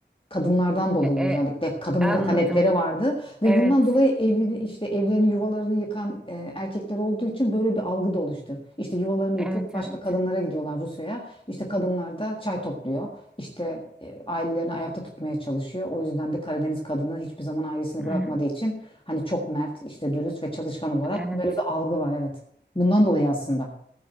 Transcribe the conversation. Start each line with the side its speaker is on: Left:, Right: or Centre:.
Left: kadınlardan dolayı
Centre: E, e,
Left: özellikle kadınlara
Centre: anladım.
Left: talepleri vardı ve
Centre: Evet.
Left: bundan dolayı evi işte evlerini yuvalarını yıkan e, erkekler olduğu için böyle bir algı da oluştu. İşte yuvalarını
Centre: Evet
Left: yıkıp başka
Centre: evet.
Left: kadınlara gidiyorlar Rusya'ya. İşte kadınlar da çay topluyor. İşte e, ailelerini ayakta tutmaya çalışıyor. O yüzden de Karadeniz kadını hiçbir zaman ailesini
Centre: Hı
Left: bırakmadığı
Centre: hı.
Left: için hani çok mert, işte dürüst ve çalışkan olarak
Centre: Evet.
Left: böyle bir algı var evet. Bundan dolayı aslında.